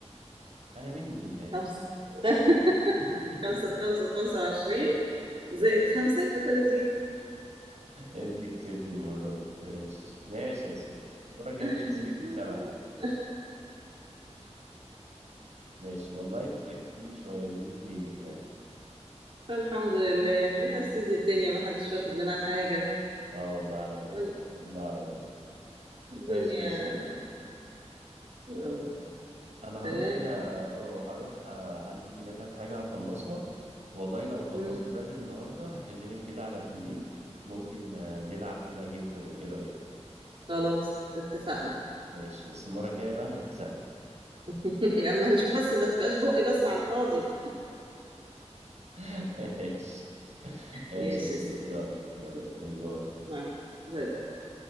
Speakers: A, on the right (about 75°); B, on the right (about 50°).
A: انا مني لله
B: خمسة <laughs>
A: <laughs>
B: خمسة بخمسة بخمسة وعشرين زائد خمسة يبقى تلاتين
A: انت كسبتي المرة دي ماشي ماشي يا سو المرة الجاية
B: <laughs>
A: مش هسيبك تكسبي على فكرة ماشي والله انت فكتيني شوية بيني وبينك يعني
B: الحمد لله يا سيدي الدنيا ما حدش واخد منها حاجة
A: اه والله على رأيك
B: ولا-
A: والله على رأيك
B: الدنيا
A: ماشي قشطة
B: يلا
A: انا
B: تمام
A: هروح كده اه هروح آه، عندي كده كام حاجة هخلصها والله لو خلصت
B: مم.
A: بدري النهاردة هكلمك كده على بالليل ممكن آه، نلعب كده جيم كمان ايه رأيك
B: خلاص اتفقنا
A: ماشي بس المرة الجاية بقى انا هكسبك
B: <laughs> لما نشوف بس ما تبقاش بقي بس على الفاضي
A: <laughs> ماشي ماشي
B: ماشي
A: يا سو
B: يا سيدي
A: يلا يلا
B: تمام.
A: باي باي
B: نعم باي باي